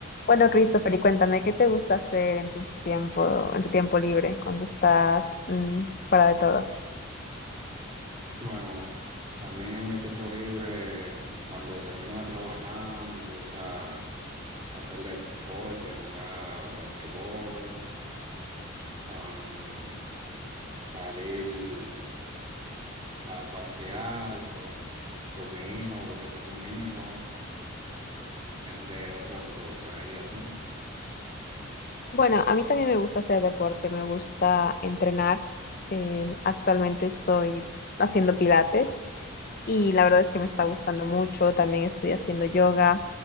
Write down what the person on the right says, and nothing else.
Bueno, a mí en mi tiempo libre, cuando termino de trabajar, me gusta hacer deporte, jugar basquetbol, am, salir a pasear con, con mi hijo, porque tengo un hijo, entre otras cosas. ¿Y a ti?